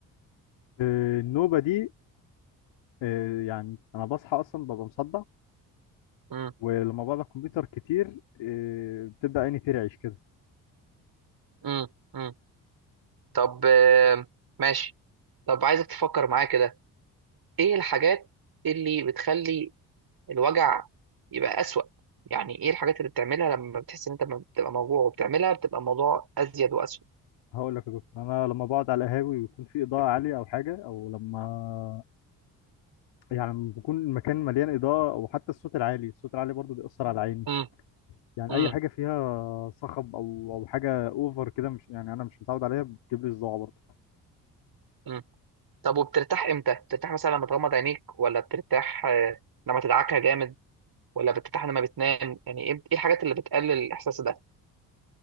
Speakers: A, on the left; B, on the right.
A: آه، النوبه دي آه، يعني انا بصحى اصلا ببقى مصدع
B: مم.
A: ولما بقعد على الكمبيوتر كتير آه، بتبدا عيني ترعش كده
B: مم. مم. طب آه، ماشي طب عايزك تفكر معايا كده ايه الحاجات اللي بتخلي الوجع يبقى أسوأ يعني ايه الحاجات اللي بتعملها لما بتحس ان انت لما بتبقى موجوع وبتعملها بتبقى الموضوع ازيد واسوأ
A: هقول لك يا دكتور انا لما بقعد على القهاوي ويكون في اضاءه عاليه او حاجه او لما يعني لما بيكون المكان مليان اضاءه وحتى الصوت العالي الصوت العالي برضو بيأثر على عيني
B: مم.
A: يعني
B: مم.
A: اي حاجه فيها صخب او او حاجه اوفر كده مش يعني انا مش متعود عليها بتجيب لي صداع برضه
B: مم. طب وبترتاح امتى بترتاح مثلا لما تغمض عينيك ولا بترتاح آه، لما تدعكها جامد ولا بترتاح لما بتنام يعني ايه إيه الحاجات اللي بتقلل الاحساس ده